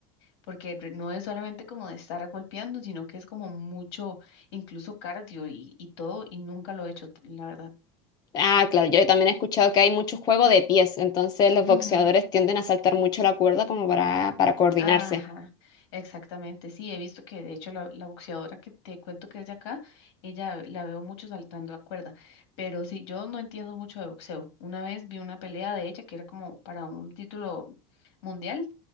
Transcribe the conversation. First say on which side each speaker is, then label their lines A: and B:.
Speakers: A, on the left; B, on the left.
A: porque re- no es solamente como de estar golpeando, sino que es como mucho, incluso cardio y, y todo, y nunca lo he hecho, t- la verdad.
B: Ah, claro, yo también he escuchado que hay mucho juego de pies, entonces los
A: Ujú,
B: boxeadores tienden a saltar mucho la cuerda como para, para coordinarse.
A: Ajá,
B: <laughs>
A: exactamente, sí, he visto que de hecho la, la boxeadora que te cuento que es de acá, ella la veo mucho saltando la cuerda, pero sí, yo no entiendo mucho de boxeo. Una vez vi una pelea de ella que era como para un título mundial